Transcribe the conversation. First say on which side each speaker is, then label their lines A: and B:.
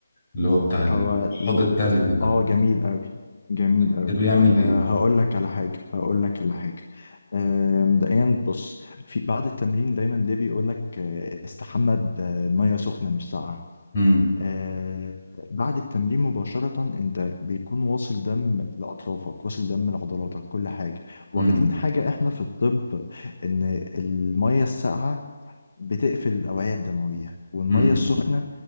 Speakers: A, on the left (about 35°); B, on the left (about 70°).
A: اللي هو بتاع ال-
B: هو لل-
A: حوض التلج ده
B: اه جميل قوي جميل قوي
A: ده بيعمل ايه؟
B: أه هقول لك على حاجه هقول لك على حاجه آه، مبدئيا بص في بعد التمرين دايما ليه بيقول لك آه، استحمى بميه سخنه مش ساقعه
A: امم
B: آه بعد التمرين مباشرة انت بيكون واصل دم لأطرافك واصل دم لعضلاتك كل حاجة واخدين
A: امم
B: حاجة احنا في الطب ان المية الساقعة بتقفل الأوعية الدموية والمية
A: امم
B: السخنة